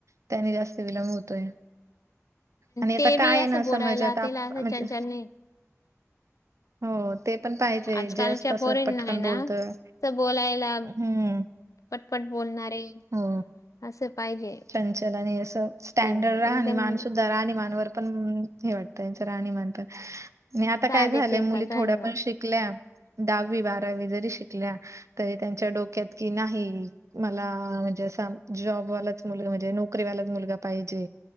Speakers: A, on the right; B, on the left.
A: त्यानी जास्त विलंब होतोय. आणि आता
B: ते
A: काय
B: बी असं
A: ना
B: बोलायला
A: समजत आप
B: त्याला असं
A: म्हणजे
B: चंचलने
A: हो. ते पण पाहिजे
B: आजकालच्या
A: जास्त असं
B: पोरींना
A: पटकन
B: आहे ना
A: बोलतं
B: तर बोलायला
A: हम्म.
B: पटपट बोलणारे
A: हो
B: असं पाहिजे.
A: चंचल आणि असं स्टँडर्ड
B: ते
A: राहाणीमानसुध्दा
B: एकदम
A: आणि राहणीमानवर पण हे वाटतं यांचा राहणीमान पण आता
B: साधे
A: काय झालंय
B: सिंपल
A: मुली
B: राहणीमान
A: थोड्या पण शिक''--'' ल्या दहावी बारावी जरी शिकल्या. तरी त्यांच्या डोक्यात कि नाही मला म्हणजे अस जॉबवालाच. मुलगा म्हणजे नोकरी वाला मुलगा पाहिजे